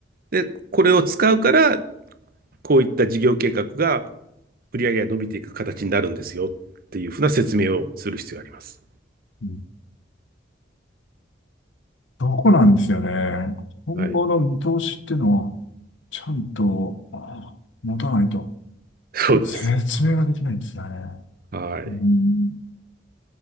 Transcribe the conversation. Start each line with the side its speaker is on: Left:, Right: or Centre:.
Right: で、これを使うから、こういった事業計画が売上が伸びていく形になるんですよっていうふうな説明をする必要があります。
Left: うん。どこなんですよね。今後の見通しっていうのを、
Right: はい。
Left: ちゃんと、あ持たないと、
Right: <laughs> そうです。
Left: 説明ができないんですよね。
Right: はい。
Left: うーん。